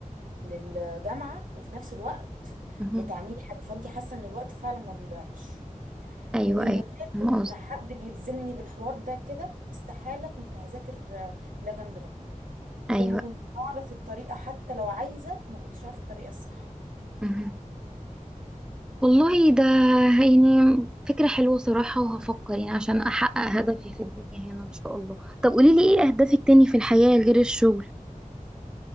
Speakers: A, on the right (about 80°); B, in the centre.
A: للجامعة وفي نفس الوقت
B: مهم.
A: بتعملي حاجة فانتي حاسة ان الوقت فعلا ما بيضيعش
B: ايوه
A: من
B: ايوه
A: غير
B: فاهمة
A: ان
B: قصدك.
A: حد بيلزمني بالحوار ده كده استحالة كنت هذاكر آه، ده جنب ده وما
B: ايوه
A: كنتش اعرف الطريقة حتى لو عايزة ما كنتش اعرف الطريقة الصح
B: مهم. والله ده يعني فكرة حلوة صراحة وهفكر يعني عشان أحقق هدفي في الدنيا هنا إن شاء الله طب قوليلي إيه أهدافك تاني في الحياة غير الشغل